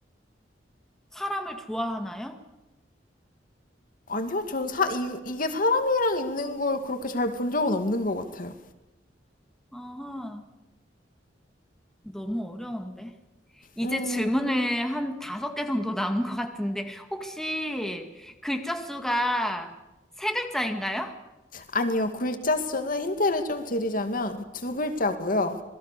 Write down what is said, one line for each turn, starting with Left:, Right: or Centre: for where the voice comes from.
Centre: 사람을 좋아하나요?
Left: 아니요, 전 사, 이, 이게 사람이랑 있는 걸 그렇게 잘 본 적은 없는 것 같아요.
Centre: 아, 너무 어려운데. 이제
Left: 음,
Centre: 질문을 한 다섯 개 정도 남은 것 같은데, 혹시 글자 수가 세 글자인가요?
Left: 아니요, 글자 수는 힌트를 좀 드리자면 두 글자고요.